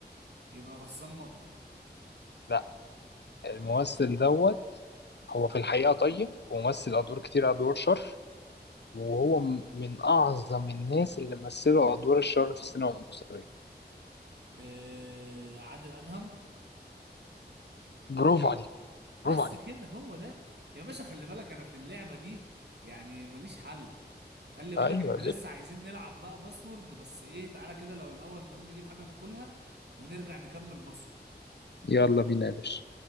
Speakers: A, on the right; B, on the left.
A: يبقى غسان مطر
B: لا الممثل دوت هو في الحقيقه طيب ومثل ادوار كتير ادوار شر وهو م- من اعظم الناس اللي مثلوا ادوار الشر في السينما المصريه
A: آه، عادل أدهم
B: برافو عليك
A: بس
B: برافو عليك
A: كده هو ده يا باشا خلي بالك انا في اللعبة دي يعني ماليش حل خلي بالك
B: ايوه
A: احنا
B: يا باشا.
A: لسه عايزين نلعب بقى باسورد بس ايه تعالى كده لو الاول نقوم نجيب حاجة ناكلها ونرجع نكمل باسورد
B: يلا بينا يا باشا